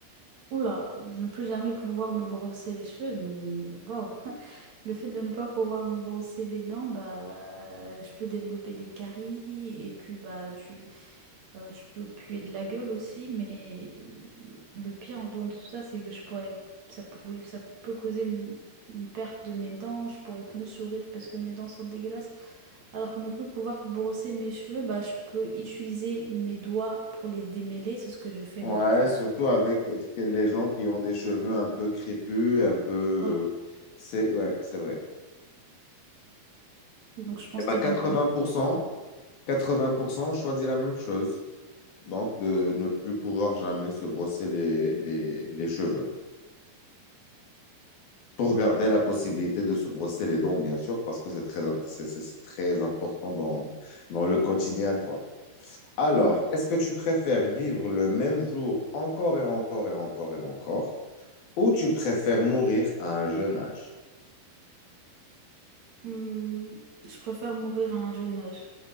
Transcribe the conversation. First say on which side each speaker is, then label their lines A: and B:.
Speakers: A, on the right; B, on the left.
A: Oula, de ne plus jamais pouvoir me brosser les cheveux, mais waouh! <laughs> Le fait de ne pas pouvoir me brosser les dents, bah, je peux développer des caries et puis bah, tu, euh, je peux puer de la gueule aussi, mais le pire en dehors de tout ça, c'est que je pourrais, ça pourrait, ça peut causer une, une perte de mes dents, je pourrais plus sourire parce que mes dents sont dégueulasses. Alors que ne plus pouvoir brosser mes cheveux, bah, je peux utiliser mes doigts pour les démêler, c'est ce que je fais
B: Ouais,
A: de toute façon.
B: surtout avec ce que- les gens qui ont des cheveux un peu crépus, un peu...
A: Ouais.
B: C'est ouais, c'est vrai.
A: Donc je pense
B: Et
A: que
B: bah
A: t'es
B: 80%,
A: du même avis.
B: 80% choisit la même chose. Donc, de ne plus pouvoir jamais se brosser les, les les cheveux. pour garder la possibilité de se brosser les dents, bien sûr, parce que c'est très, int- c'est, c'est- c'est très important dans, dans le quotidien, quoi. Alors,
A: Ouais.
B: est-ce que tu préfères vivre le même jour encore et encore et encore et encore, ou tu préfères mourir à un jeune âge
A: Hum, je préfère mourir à un jeune âge.